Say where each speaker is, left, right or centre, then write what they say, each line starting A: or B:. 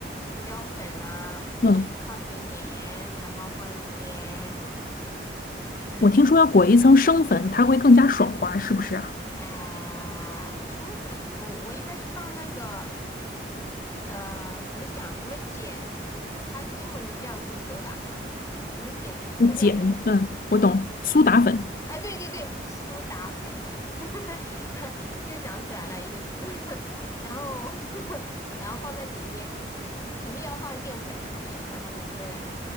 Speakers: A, on the left; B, on the left.
A: 胡椒粉啊，
B: 嗯，
A: 放些盐，然后放一些嗯
B: 我听说要裹一层生粉，它会更加爽滑，是不是啊？
A: 哎、生粉，我、我一般是放那个。呃，怎么讲？什么碱？什么？它英文名叫 soda，什么碱呢？
B: 我碱，
A: 这叫什么
B: 嗯，我懂，苏打粉，
A: 啊啊，对对对，苏打粉，<laughs> 又想起来了一个字，<laughs> 然后 <laughs> 然后放在里面，就是肯定要放淀粉的，这些，然后反正